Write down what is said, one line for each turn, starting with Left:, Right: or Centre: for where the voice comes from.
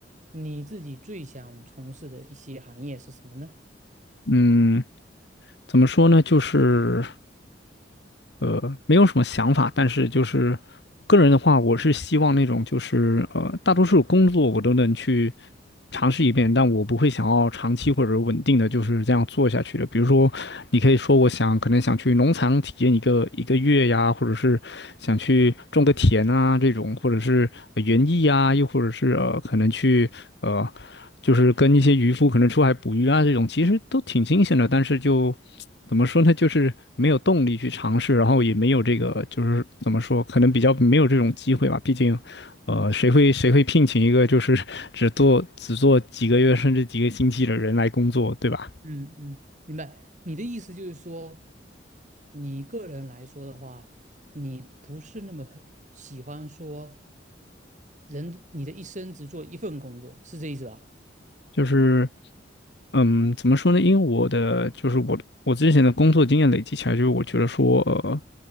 Right: 你自己最想从事的一些行业是什么呢？
Left: 嗯，怎么说呢？就是。呃，没有什么想法，但是就是个人的话，我是希望那种就是呃，大多数工作我都能去尝试一遍，但我不会想要长期或者稳定的就是这样做下去的。比如说，你可以说我想可能想去农场体验一个一个月呀，或者是想去种个田啊这种，或者是呃园艺啊，又或者是呃可能去呃。就是跟一些渔夫可能出海捕鱼啊这种，其实都挺新鲜的，但是就怎么说呢，就是没有动力去尝试，然后也没有这个就是怎么说，可能比较没有这种机会吧。毕竟，呃，谁会谁会聘请一个就是只做只做几个月甚至几个星期的人来工作，对吧？
Right: 嗯嗯，明白。你的意思就是说，你个人来说的话，你不是那么很喜欢说人，你的一生只做一份工作，是这意思吧？
Left: 就是，嗯，怎么说呢？因为我的就是我我之前的工作经验累积起来，就是我觉得说，呃，